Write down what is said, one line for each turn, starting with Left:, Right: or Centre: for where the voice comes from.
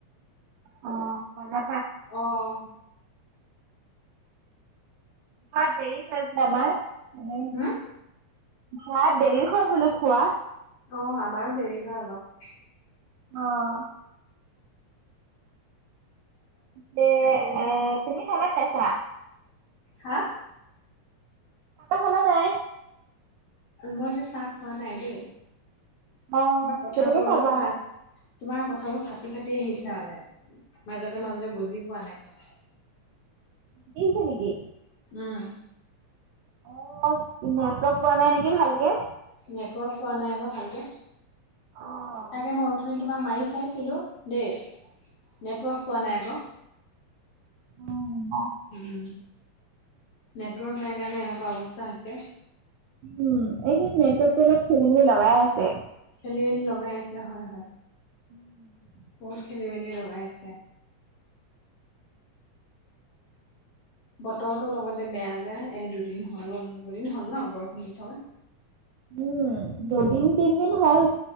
Right: অহ, বজা
Left: অহ।
Right: ভাত দেৰি হয় যে আমাৰ এনেই
Left: হুম,
Right: ভাত দেৰি হয় বোলো খোৱা।
Left: অহ, আমাৰো দেৰি হয় অলপ।
Right: অহ। দে
Left: তাকেহে
Right: অহ, তুমি খালানে নাই চাহ?
Left: হা!
Right: চাহ-তাহ খালা নাই?
Left: মই যে চাহ খোৱা নাই দেই।
Right: অ'
Left: তোমাৰ কথাবোৰ
Right: কেতিয়াকে
Left: অলপ
Right: খাবা?
Left: তোমাৰ কথাবোৰ ফাটি-ফাটি আহিছে মানে মাজতে-মাজতে বুজি পোৱা নাই।
Right: ফাটি আহিছে নেকি?
Left: উম।
Right: অহ, নেটৱৰ্ক পোৱা নাই নেকি ভালকে।
Left: নেটৱৰ্ক পোৱা নাই আকৌ ভালকে,
Right: অ
Left: তাকে মই আঠনি তোমাক মাৰি চাইছিলোঁ। দেই, নেটৱৰ্ক পোৱা নাই আকৌ।
Right: অহ, হ'ব।
Left: উম, নেটৱৰ্ক নাই কাৰণে এনেকুৱা অৱস্থা হৈছে।
Right: উম, এইকেদিন নেটৱৰ্কটো অলপ খেলি মেলি লগাই আছে।
Left: খেলি মেলি লগাই আছে হয়, হয়।
Right: উম।
Left: বহুত খেলি মেলি লগাই আছে। বতৰটো লগতে বেয়া যে এই দুদিন হ'ল দুদিন হ'ল ন' বৰষুণ দি থকা।
Right: উম, দুদিন তিনদিন হ'ল।